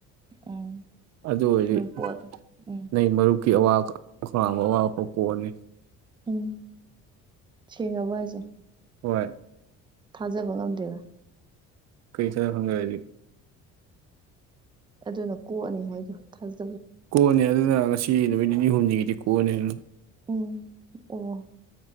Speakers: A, on the right; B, on the right.
A: ꯎꯝ
B: ꯑꯗꯨ ꯑꯣꯏꯔꯗꯤ
A: ꯅꯪ ꯄꯣꯠ ꯎꯝ
B: ꯅꯩ ꯃꯔꯨꯞꯀꯤ ꯑꯋꯥꯀ ꯈꯧꯔꯥꯡꯕ ꯑꯋꯥꯕ ꯄꯣꯛ ꯀꯣꯛꯑꯅꯤ꯫
A: ꯎꯝ ꯁꯦꯡꯑꯕꯣ ꯍꯥꯥꯏꯁꯦ꯫
B: ꯍꯣꯏ꯫
A: ꯊꯥꯖꯕ ꯉꯝꯗꯦꯗ꯫
B: <unintelligible> ꯍꯥꯏꯗꯤ
A: ꯑꯗꯨꯅ ꯀꯣꯛꯑꯅꯤ ꯍꯥꯏꯗꯣ ꯊꯥꯖ
B: ꯀꯣꯟꯅꯦ ꯑꯗꯨꯅ ꯉꯁꯤ ꯅꯨꯃꯤꯠ ꯅꯤꯅꯤ ꯍꯨꯝꯅꯤꯒꯤꯗꯤ ꯀꯣꯛꯑꯅꯤ ꯑꯗꯨꯝ꯫
A: ꯎꯝ ꯑꯣ